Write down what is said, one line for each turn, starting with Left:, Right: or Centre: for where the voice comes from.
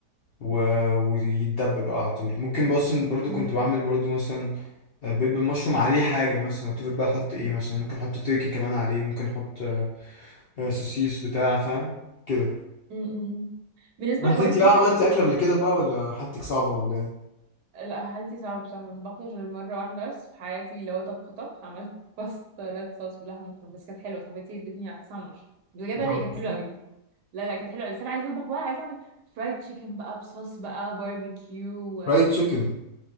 Left: و... ويتدب بقى على طول ممكن بقى اصلا برضو
Right: امم
Left: كنت بعمل برضو مثلا آه، بيض بالمشروم عليه حاجه مثلا اتفق بقى احط ايه مثلا ممكن احط تركي كمان عليه ممكن احط آه، آه، سوسيس بتاع فاهم كده
Right: امم بالنسبة
Left: بس
Right: لحوار
Left: انت
Right: التركي
Left: بقى عملتي
Right: أصلا
Left: اكله قبل كده بقى ولا حالتك صعبه ولا ايه
Right: لا حالتي صعبة بصراحة ما طبختش غير مرة واحدة بس في حياتي اللي هو طبخ طبخ عملت <laughs> باستا ريد صوص باللحمة المفرومة بس كانت حلوة صاحبتي ادتني على تسمر بجد
Left: مش
Right: هي
Left: عملت
Right: كانت
Left: أصلاً؟
Right: حلوة قوي لا لا كانت حلوة قوي بس أنا عايزة أطبخ بقى عايزة أعمل فرايد تشيكن بقى بصوص بقى باربيكيو و...
Left: فرايد تشيكن